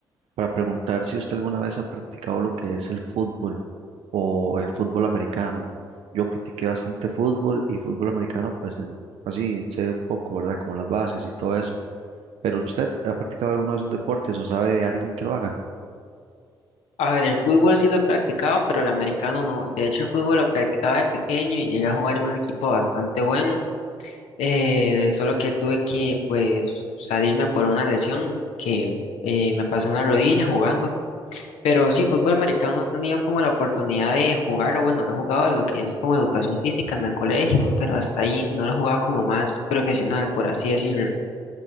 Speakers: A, on the right; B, on the left.
A: para preguntar si usted alguna vez ha practicado lo que es el fútbol o el fútbol americano. Yo practiqué bastante fútbol y fútbol americano, pues en- así sé un poco, ¿verdad? Como las bases y todo eso. Pero usted ha practicado alguno de esos deportes o sabe de alguien que lo haga.
B: A ver, el fútbol sí lo he practicado, pero el americano no. De hecho, el fútbol lo practicaba de pequeño y llegué a jugar en un equipo bastante bueno. Eh, solo que tuve que pues salirme por una lesión que eh, me pasó en la rodilla jugando. Pero sí, fútbol americano no he tenido como la oportunidad de jugarlo. Bueno, lo he jugado a lo que es como educación física en el colegio, pero hasta ahí no lo he jugado como más profesional, por así decirlo.